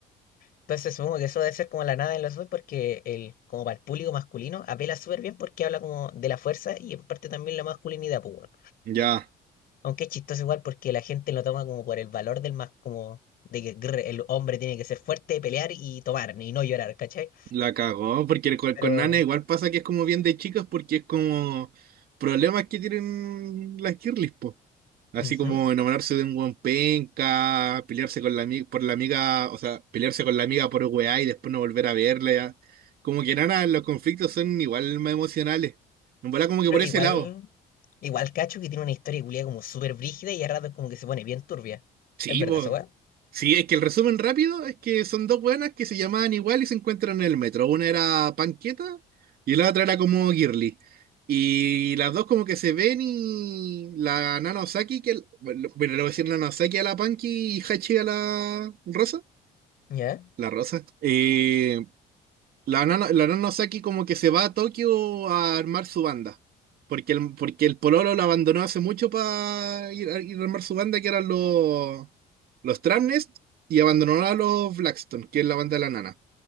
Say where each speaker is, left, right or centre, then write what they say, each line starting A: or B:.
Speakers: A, on the left; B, on the right.
A: Entonces supongo que eso debe ser como la nada en los dos porque el, como para el público masculino apela súper bien porque habla como de la fuerza y en parte también la masculinidad, pues, weón.
B: Ya.
A: Aunque es chistoso igual porque la gente lo toma como por el valor del más, como de que grr, el hombre tiene que ser fuerte, pelear y tomar y no llorar, ¿cachai?
B: La cagó. Porque con,
A: Pero,
B: con Nana igual pasa que es como bien de chicas porque es como problemas que tienen las girlies, po. Así
A: ujú.
B: como enamorarse de un buen penca, pelearse con la amiga, por la amiga, o sea, pelearse con la amiga por weá y después no volver a verla. ya. Como que Nana, los conflictos son igual más emocionales. En verdad, como que
A: Pero
B: por
A: igual,
B: ese lado.
A: igual cacho que tiene una historia culia como súper brígida y a ratos como que se pone bien turbia.
B: Sí,
A: Es verdad,
B: po.
A: esa weá.
B: Sí, es que el resumen rápido es que son dos buenas que se llamaban igual y se encuentran en el metro. Una era Panqueta y la otra era como Girly. Y las dos como que se ven y la Nana Osaki, que el- bueno, bueno, le voy a decir Nana Osaki a la Panky y Hachi a la Rosa.
A: Ya,
B: La Rosa. Eh, la nana, la nana Osaki como que se va a Tokio a armar su banda. Porque el, porque el Pololo la abandonó hace mucho para ir, a ir a armar su banda, que eran los, los Tramnest, y abandonó a los Blackstone, que es la banda de la nana.